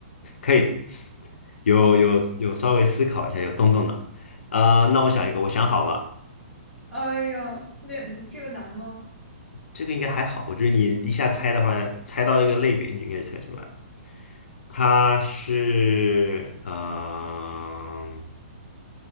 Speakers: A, on the left; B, in the centre.
A: 可以。有有有稍微思考一下，有动动脑。啊、那我想一个，我想好了，
B: 哎呀，那这个难吗？
A: 这个应该还好。我觉得你一下猜的话，猜到一个类别，你就应该就猜出来了。它是，嗯、